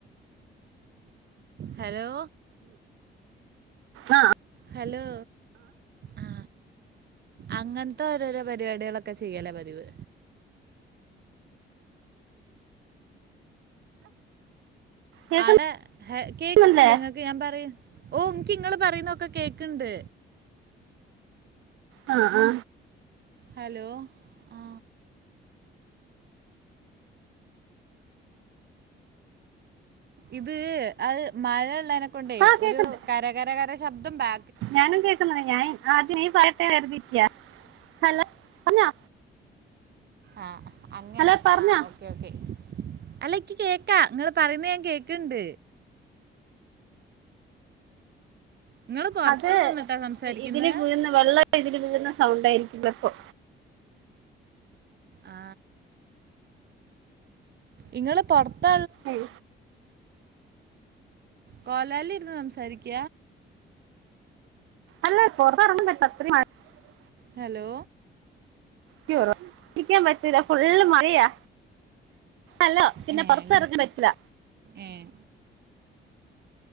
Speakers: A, on the right (about 55°); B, on the right (about 85°).
A: ഹലോ
B: ആ
A: ഹലോ ആ അങ്ങൻത്തെ ഓരോരോ പരിപാടികളൊക്കെ ചെയ്യല പതിവ്.
B: കേക്ക
A: ആട കേക്കുന്നില്ലേ
B: ന്നുണ്ടേ
A: നിങ്ങക്ക് ഞാൻ പറ ഓ നിയ്ക്ക് ഇങ്ങള് പറയുന്നൊക്കെ കേക്കിണ്ട്.
B: ആ ആ
A: ഹലോ ആ ഇത് അത് മഴയിള്ളേനെക്കൊണ്ടേ
B: ആഹ് കേക്ക്ണ്ട്
A: ഒരു കരകരകര ശബ്ദം ബാ
B: ഞാനും കേക്കുന്നി. ഞാൻ ആദ്യം നീ പറയട്ടേന്ന് കരുതിരിക്യ. ഹലോ പറഞ്ഞോ.
A: ആ അങ്ങനെ
B: ഹലോ പറഞ്ഞോ
A: ആ ഓക്കെ ഓക്കെ. അല്ലക്കി കേക്കാ നിങ്ങള് പറയുന്ന ഞാൻ കേക്കിണ്ട് ഇങ്ങള് പൊറത്ത്
B: അത്
A: നിന്നിട്ടാ സംസാരിക്കുന്നെ
B: ഇതില് വീയുന്ന വെള്ളം ഇതില് സൗണ്ട് ആയിരിക്കും ലെപ്പോ.
A: ആ ഇങ്ങള് പുറത്ത
B: ഉം
A: കൊലാല് ഇര്ന്ന് സംസാരിക്ക?
B: <unintelligible>
A: ഹലോ
B: <unintelligible> പറ്റുല്ല ഫുള്ള് മഴയാ. അല്ലോ പിന്നെ
A: ഏഹ്
B: പുറത്ത്
A: അങ്ങനെ
B: ഇറങ്ങാ പറ്റൂല.
A: ഏഹ്